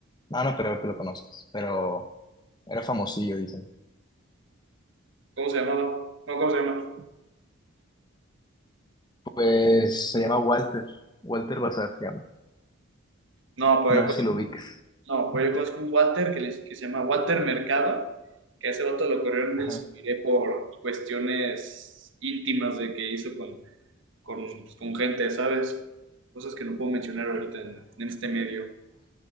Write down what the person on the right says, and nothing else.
¿cómo se llamaba? No, ¿cómo se llama?
No, pues
yo
conozco,
no, pues yo conozco un Walter que, les- que se llama Walter Mercado, que a ese vato lo corrieron del
Subiré por cuestiones íntimas de que hizo con, con, pues, con gente, ¿sabes? Cosas que no puedo mencionar ahorita en, en este medio.